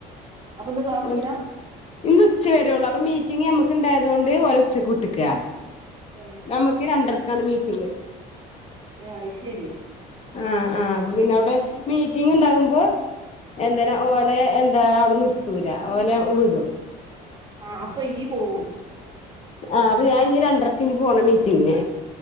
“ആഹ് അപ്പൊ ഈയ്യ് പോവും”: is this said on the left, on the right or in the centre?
Right